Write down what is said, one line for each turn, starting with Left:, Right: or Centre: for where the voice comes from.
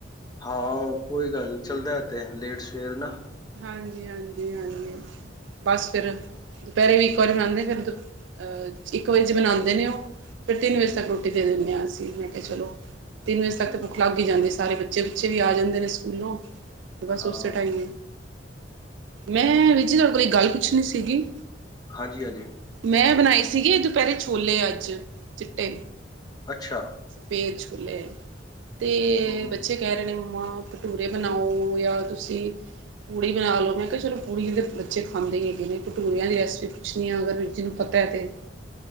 Left: ਹਾਂ ਕੋਈ ਗੱਲ ਨੀ, ਚੱਲਦਾ ਤੇ ਲੇਟ ਸਵੇਰ ਨਾ
Right: ਹਾਂਜੀ-ਹਾਂਜੀ- ਹਾਂਜੀ, ਬਸ ਫਿਰ ਦੁਪਹਿਰੇ ਵੀ ਇੱਕ ਵਾਰੀ ਬਣਾਦੇ ਫਿਰ ਦੁ ਅਹ ਇੱਕ ਵਜੇ ਬਨਾਦੇ ਉਹ ਫਿਰ ਤਿੰਨ ਵਜੇ ਤੱਕ ਰੋਟੀ ਦੇ ਦਿਦੇ ਹਾਂ ਅਸੀ, ਮੈ ਕਿਹਾ ਚਲੋ ਤਿੰਨ ਵਜੇ ਤੱਕ
Left: ਚਲੋ
Right: ਤਾਂ ਭੁੱਖ ਲੱਗ ਹੀ ਜਾਂਦੀ ਏ, ਸਾਰੇ ਬੱਚੇ-ਬੁੱਚੇ ਵੀ ਆ ਜਾਂਦੇ ਨੇ ਸਕੂਲੋਂ ਤੇ ਬਸ
Left: ਹਾਂ
Right: ਉਸੇ ਟਾਈਮ ਮੈਂ ਵੀਰ ਜੀ ਤੁਹਾਡੇ ਕੋਲ ਗੱਲ ਪੁੱਛਣੀ ਸੀਗੀ
Left: ਹਾਂਜੀ-ਹਾਂਜੀ।
Right: ਮੈਂ ਬਣਾਈ ਸੀਗੀ ਦੁਪਹਿਰੇ ਛੋਲੇ ਅੱਜ ਚਿੱਟੇ
Left: ਅੱਛਾ।
Right: ਪੇਚ ਖੁੱਲੇ ਤੇ
Left: ਹਮ
Right: ਬੱਚੇ ਕਹਿ ਰਹੇ ਨੇ ਮੰਮਾ ਭਟੂਰੇ ਬਣਾਓ ਯਾਰ ਤੁਸੀ- ਪੂੜੀ ਬਣਾ ਲਓ, ਮੈ ਕਿਹਾ ਚਲੋ ਪੂੜੀ ਜਿਹੜੇ ਬੱਚੇ ਖਾਂਦੇ ਹੀ ਹੈਗੇ ਨੇ, ਭਟੂਰੀਆਂ ਦੀ ਰੈਸਪੀ ਪੁੱਛਣੀ ਆ ਅਗਰ ਵੀਰਜੀ ਨੂੰ ਪਤਾ ਐ ਤੇ